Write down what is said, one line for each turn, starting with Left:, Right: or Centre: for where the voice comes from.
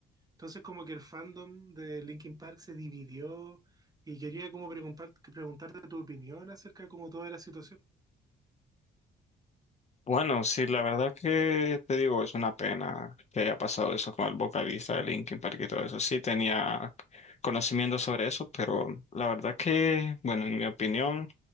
Right: Entonces como que el fandom de Linkin Park se dividió y quería como preguntar- preguntarte tu opinión acerca como toda la situación.
Left: Bueno, sí, la verdad que te digo, es una pena que haya pasado eso con el vocalista de Linkin Park y todo eso. Sí, tenía conocimiento sobre eso, pero la verdad que, bueno, en mi opinión,